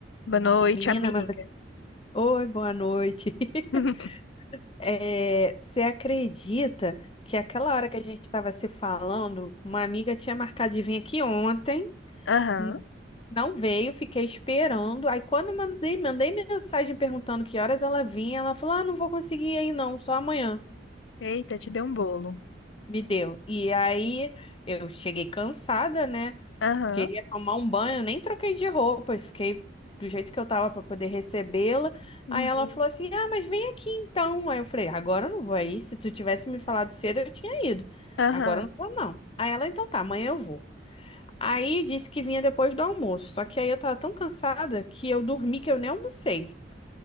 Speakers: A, on the left (about 80°); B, on the left (about 30°).
A: Boa noite,
B: Menina,
A: amiga.
B: mas você... Oi, boa noite. <laughs>
A: <laughs>
B: É, você acredita que aquela hora que a gente estava se falando, uma amiga tinha marcado de vir aqui ontem,
A: Aham.
B: n- não veio, fiquei esperando. Aí quando eu mandei, mandei mensagem perguntando que horas ela vinha, ela falou: "Ah, não vou conseguir aí não, só amanhã".
A: Eita, te deu um bolo.
B: Me deu. E aí eu cheguei cansada, né?
A: Aham.
B: Queria tomar um banho, nem troquei de roupa, e fiquei do jeito que eu tava para poder recebê-la.
A: Uhum.
B: Aí ela falou assim: Ah, mas vem aqui então. Aí eu falei: Agora eu não vou aí. Se tu tivesse me falado cedo, eu tinha ido.
A: Aham.
B: Agora eu não vou, não. Aí ela: Então tá, amanhã eu vou. Aí disse que vinha depois do almoço. Só que aí eu tava tão cansada que eu dormi que eu nem almocei.